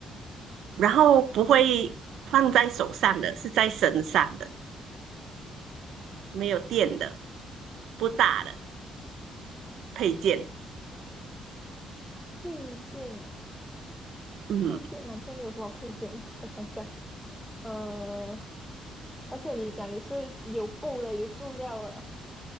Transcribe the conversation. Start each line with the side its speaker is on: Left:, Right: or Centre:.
Right: 然后不会放在手上的，是在身上的。没有电的，不大的配件。
Centre: 配件啊，
Right: 嗯，
Centre: 配件，男生有什么配件啊？<laughs> 我想想，呃，而且你讲也是有布的，有塑料的，